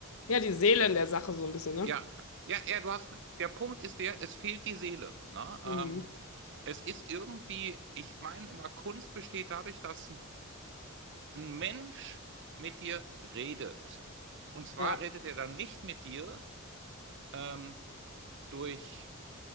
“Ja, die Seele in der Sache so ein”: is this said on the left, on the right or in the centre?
Left